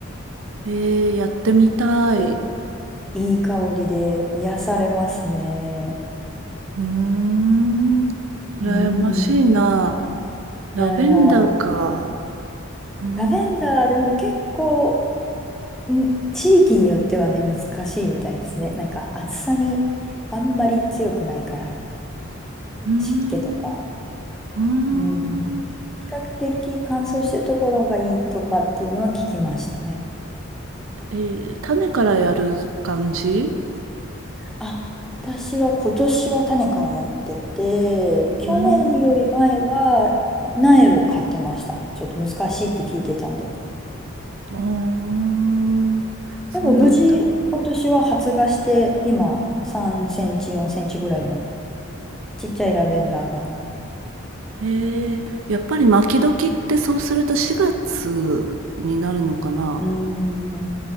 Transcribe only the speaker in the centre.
おいい香りで癒されますね。
うん。
いやいや、ラ
ベンダーでも結構、うん、地域によってはね、難しいみたいですね。なんか暑さにあんまり強くないから、
湿気とか。
うん。比較的乾燥してるところがいいとかっていうのは聞きましたね。
あ、私は今年は種からやってて、去年より前は苗を買ってました。
ちょっと難しいって聞いてたんで。
でも無事、今年は発芽して、今、3センチ、4センチぐらいのちっちゃいラベンダーが。
うーん。